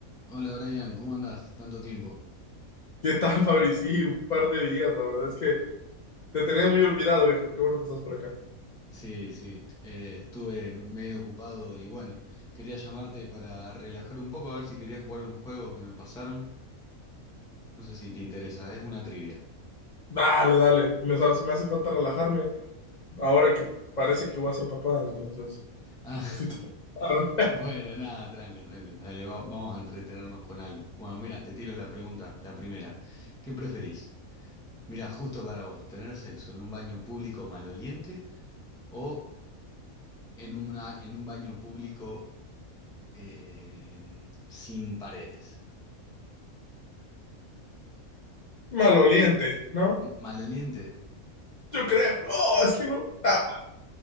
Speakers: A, in the centre; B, on the left.
A: Hola Brian, ¿cómo andás? Tanto tiempo.
B: ¿Qué tal, <laughs> Fabri? Sí, un par de días, la verdad es que te tenía muy olvidado, viejo. Qué bueno que estás por acá.
A: Sí, sí, eh, estuve medio ocupado y bueno, quería llamarte para relajar un poco a ver si querías jugar un juego que me pasaron. No sé si te interesa, es una trivia.
B: Dale, dale. Me, hace me hace falta relajarme ahora que parece que voy a ser papá, entonces
A: Ah,
B: necesito
A: <laughs>
B: relajarme.
A: bueno, nada, tranca, tranca. Dale, va- vamos a entretenernos con algo. Bueno, mira, te tiro la pregunta, la primera. ¿Qué preferís? Mira, justo para vos, ¿tener sexo en un baño público maloliente o en una, en un baño público eh, sin paredes?
B: Maloliente, ¿no?
A: M- Maloliente.
B: Yo creo. No, es que no. Ah,